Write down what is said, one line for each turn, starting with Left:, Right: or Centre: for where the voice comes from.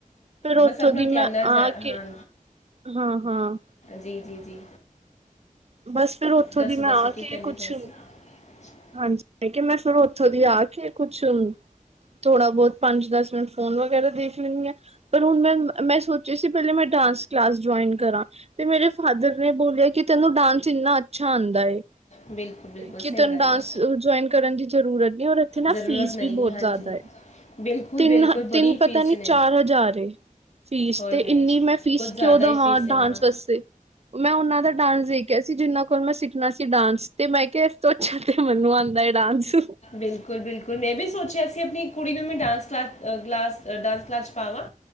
Right: ਫਿਰ ਉੱਥੋਂ
Left: ਬਸ ਆਪਣਾ
Right: ਦੀ ਮੈਂ
Left: ਧਿਆਨ ਨਾਲ ਜਾ
Right: ਆ ਕੇ
Left: ਹਾਂ
Right: ਹਾਂ ਹਾਂ।
Left: ਜੀ ਜੀ ਜੀ।
Right: ਬਸ ਫੇਿਰ ਉੱਥੋਂ
Left: ਦੱਸੋ
Right: ਦੀ ਮੈਂ
Left: ਦੱਸੋ
Right: ਆ
Left: ਕੀ
Right: ਕੇ
Left: ਕਹਿੰਦੇ
Right: ਕੁਛ
Left: ਪਏ ਸੀ
Right: ਹਾਂਜੀ ਕਿ ਮੈਂ ਫਿਰ ਉੱਥੋਂ ਦੀ ਆ ਕੇ ਕੁਛ ਥੋੜਾ-ਬਹੁਤ, ਪੰਜ-ਦਸ ਮਿੰਟ ਫੋਨ ਵਗੈਰਾ ਦੇਖ ਲੈਂਨੀ ਆ। ਪਰ ਹੁਣ ਮੈਂ, ''ਮੈਂ ਸੋਚਿਆ ਸੀ, ਪਹਿਲੇ ਮੈਂ ਡਾਂਸ ਕਲਾਸ ਜੁਆਇਨ ਕਰਾਂ। ਫਿਰ ਮੇਰੇ ਫਾਦਰ ਨੇ ਬੋਲਿਆ ਕਿ, ਤੈਨੂੰ ਡਾਂਸ ਇੰਨਾ ਅੱਛਾ ਆਂਦਾ ਏ।
Left: ਬਿਲਕੁਲ-ਬਿਲਕੁਲ
Right: ਕਿ
Left: ਸਹੀ
Right: ਤੈਨੂੰ
Left: ਗੱਲ
Right: ਡਾਂਸ
Left: ਏ।
Right: ਜੁਆਇਨ ਕਰਨ ਦੀ ਜ਼ਰੂਰਤ ਨੀ ਔਰ ਇੱਥੇ ਨਾ
Left: ਜ਼ਰੂਰਤ
Right: ਫੀਸ
Left: ਨਹੀਂ
Right: ਵੀ ਬਹੁਤ
Left: ਹੈ, ਹਾਂਜੀ
Right: ਜ਼ਿਆਦਾ ਏ,
Left: ਬਿਲਕੁਲ
Right: ਤਿੰਨ-ਤਿੰਨ
Left: ਬਿਲਕੁਲ ਬੜੀ
Right: ਪਤਾ
Left: ਫੀਸ
Right: ਨੀ,
Left: ਨੇ
Right: ਚਾਰ-ਹਜ਼ਾਰ ਏ। ਫੀਸ
Left: ਹੋਏ
Right: ਤੇ,
Left: ਹੋਏ
Right: ਇੰਨੀ ਮੈਂ ਫੀਸ
Left: ਕੁਝ ਜ਼ਿਆਦਾ
Right: ਕਿਉਂ ਦੇਵਾਂ
Left: ਹੀ ਫੀਸ ਹੈ
Right: ਡਾਂਸ
Left: ਹਾਂ
Right: ਵਾਸਤੇ, ਮੈਂ ਉਹਨਾਂ ਦਾ ਡਾਂਸ ਦੇਖ ਕਿਆ ਸੀ ਜਿਨਾਂ ਕੋਲ ਮੈਂ ਸਿੱਖਣਾ ਸੀ ਡਾਂਸ, ਤੇ ਮੈਂ ਕਿਹਾ ਇਸ ਤੋਂ ਅੱਛਾ ਤੇ ਮੈਨੂੰ ਆਉਂਦਾ ਹੈ ਡਾਂਸ।
Left: ਬਿਲਕੁਲ-ਬਿਲਕੁਲ, ਮੈਂ ਵੀ ਸੋਚਿਆ ਸੀ ਆਪਣੀ ਇੱਕ ਕੁੜੀ ਨੂੰ ਮੈਂ dance class, glass, dance class 'ਚ ਪਾਵਾਂ।